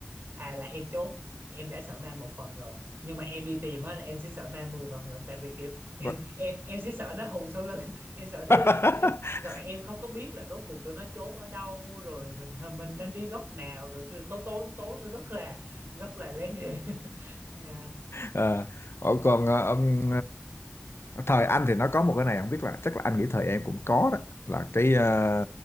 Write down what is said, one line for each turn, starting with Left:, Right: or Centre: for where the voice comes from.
Right: thà là em trốn em đã sợ ma một phần rồi nhưng mà em đi tìm á là em sẽ sợ ma 10 phần lần tại vì kiểu
Left: <laughs>
Right: em em sẽ sợ nó hù sau lưng <laughs> em sợ đứa
Left: <laughs>
Right: em, em rồi em không có biết là rốt cuộc tụi nó trốn ở đâu rồi mình mình nên đi góc nào rồi cứ tố tố tố tố nó rất là rất là đáng ghê <laughs> Dạ,
Left: Ờ, ờ,
Right: dạ.
Left: còn ờ, ông ờ, thời anh thì nó có một cái này không biết là chắc là anh nghĩ thời em cũng có đó là cái ờ,